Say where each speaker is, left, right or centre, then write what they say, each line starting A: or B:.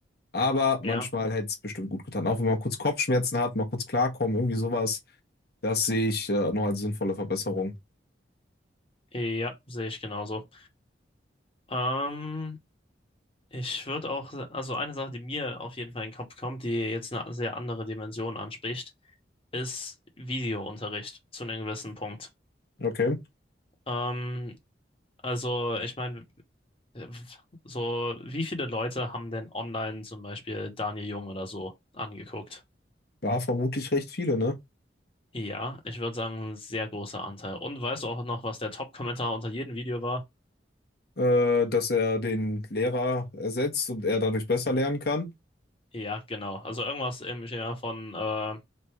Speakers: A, on the left; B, on the left.
A: aber manchmal
B: ja,
A: hätte es bestimmt gut getan. Auch wenn man kurz Kopfschmerzen hat, mal kurz klarkommen, irgendwie sowas, das sehe ich äh, noch als sinnvolle Verbesserung.
B: ja, sehe ich genauso. Ähm, ich würde auch, also eine Sache, die mir auf jeden Fall in den Kopf kommt, die jetzt eine sehr andere Dimension anspricht, ist Videounterricht zu einem gewissen Punkt.
A: Okay.
B: Ähm, also ich meine, äh, so wie viele Leute haben denn online zum Beispiel Daniel Jung oder so angeguckt?
A: War vermutlich recht viele, ne?
B: Ja, ich würde sagen, ein sehr großer Anteil. Und weißt du auch noch, was der Top-Kommentar unter jedem Video war?
A: Äh, dass er den Lehrer ersetzt und er dadurch besser
B: Ja.
A: lernen kann.
B: Ja, genau. Also irgendwas im Schema von äh,